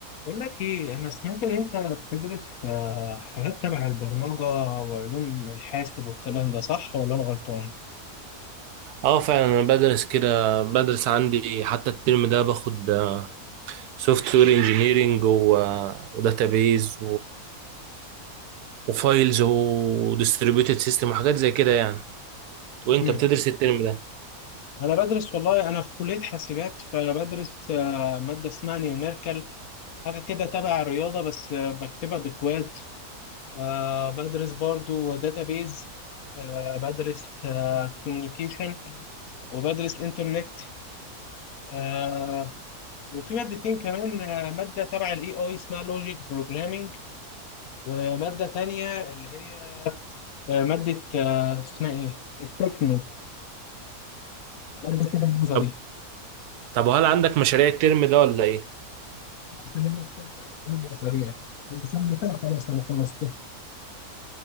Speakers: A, on the left (about 70°); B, on the right (about 85°).
A: بقول لك ايه انا سمعت ان انت بتدرس آه، حاجات تبع البرمجه وعلوم الحاسب والكلام ده صح ولا انا غلطان
B: اه فعلا انا بدرس كده بدرس عندي حتى الترم ده باخد سوفت وير انجينيرنج وداتابيز وفايلز وديستريبيوتد سيستم وحاجات زي كده يعني وانت
A: امم
B: بتدرس الترم ده
A: انا بدرس والله انا في كليه حاسبات فبدرس آه، ماده اسمها نيوميركال حاجه كده تبع الرياضه بس آه، بكتبها بكواد آه، بدرس برضو داتابيز آه، بدرس كوميونيكيشن وبدرس انترنت آه، وفي مادتين كمان آه، ماده تبع الاي اي اسمها لوجيك بروجرامينج وماده تانية اللي هي آه، مادة آه، اسمها إيه؟ التكنو مادة كده نظري
B: طب طب وهل عندك مشاريع الترم ده ولا ايه
A: خلينا في تالتة أه عندي مشاريع لو سلمتها خلاص أنا خلصت